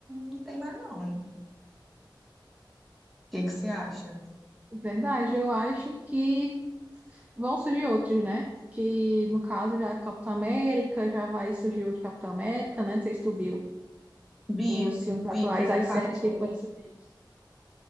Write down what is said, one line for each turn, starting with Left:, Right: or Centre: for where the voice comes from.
Centre: não tem mais não, hein? O que que você acha?
Right: Verdade, eu acho que vão surgir outros, né? Que no caso já é Capitão América, já vai surgir outro Capitão América, né? Não sei se tu viu
Centre: Vi,
Right: os filmes
Centre: vi
Right: atuais,
Centre: que ele
Right: as
Centre: passou.
Right: séries que foram surgidas.